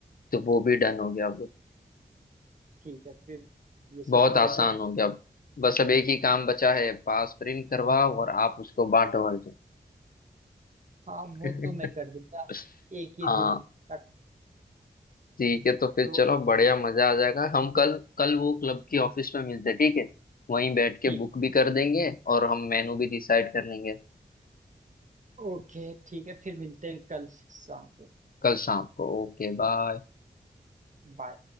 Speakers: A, on the left; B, on the right.
A: तो वो भी डन हो गया अब
B: ठीक है फिर ये
A: बहुत
B: सब
A: आसान
B: हो गया
A: हो गया अब बस अब एक ही काम बचा है पास प्रिंट करवाओ और आप उसको बांटो हर
B: हाँ वो
A: जगह
B: तो मैं कर दूंगा
A: <laughs>
B: एक ही
A: हाँ
B: दिन तक
A: ठीक है तो फिर
B: तो
A: चलो बढ़िया मजा आ जाएगा हम कल कल वो क्लब की ऑफिस में मिलते हैं ठीक है वहीं बैठ के
B: ठीक
A: बुक भी कर देंगे और हम मेनू भी डिसाइड कर लेंगे
B: ओके ठीक है फिर मिलते हैं कल शाम को
A: कल शाम को ओके बाय
B: बाय